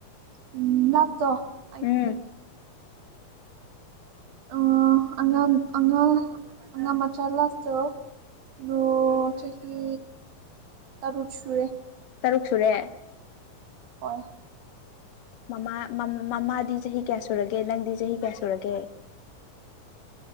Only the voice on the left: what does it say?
ꯎꯝ
ꯇꯔꯨꯛ ꯁꯨꯔꯦ
ꯃꯃꯥ ꯃꯝ ꯃꯃꯥꯗꯤ ꯆꯍꯤ ꯀꯌꯥ ꯁꯨꯔꯒꯦ ꯅꯪꯗꯤ ꯆꯍꯤ ꯀꯌꯥ ꯁꯨꯔꯒꯦ